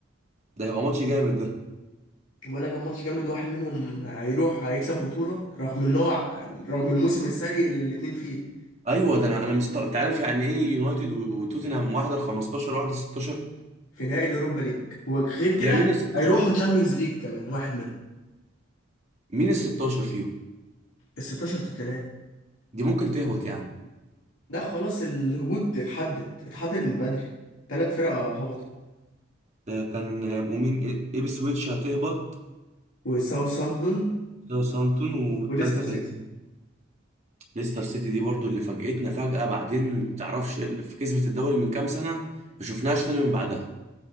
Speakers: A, on the right; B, on the left.
A: ده هيبقى ماتش جامد ده
B: ولا كان ماتش جامد واحد منهم هيروح هيكسب بطولة رغم ان هو رغم الموسم السيء اللي الاتنين فيه
A: ايوه ده انا انا مست... انت عارف يعني ايه يونايتد و- وتوتنهام واحده ال 15 واحده ال 16
B: في نهائي اليوروبا ليج وغير كده
A: هي مين ال 16
B: هيروحوا تشامبيونز ليج كمان واحد منهم
A: مين ال 16 فيهم
B: ال 16 توتنهام
A: دي ممكن تهبط يا عم
B: ده خلاص الهبوط اتحدد اتحدد من بدري ثلاث فرق هبطوا
A: ده كان هيبقوا مين إيه- ايبسويتش هتهبط
B: وساوثهامبتون
A: ساوثهامبتون والتالتة
B: وليستر سيتي
A: كانت ليستر سيتي دي برضو اللي فاجئتنا فجأة بعدين متعرفش إيه- اللي- في كسبة الدوري من كام سنة ما شفناهاش تاني من بعدها